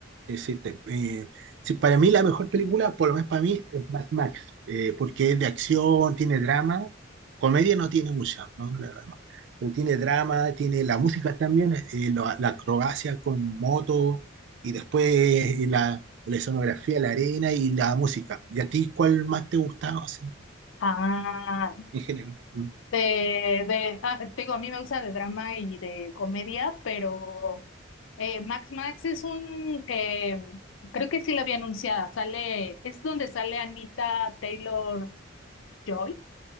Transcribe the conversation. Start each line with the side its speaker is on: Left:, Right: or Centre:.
Right: Sí, sí, te- eh, sí, para mí la mejor película, por lo menos para mí, es Mad Max, eh, porque es de acción, tiene drama, comedia no tiene mucha, ¿no? La verdad no. Pero tiene drama, tiene la música también, eh, lo- la acrobacia con moto, y después eh, la, la escenografía, la arena y la música. ¿Y a ti cuál más te gustaba, así,
Left: Ah,
Right: en general? Mm.
Left: De, de, ah, te digo, a mí me gusta de drama y de comedia, pero eh, Max Max es un, eh, creo que sí la había anunciada, sale, es donde sale Anita Taylor Joy,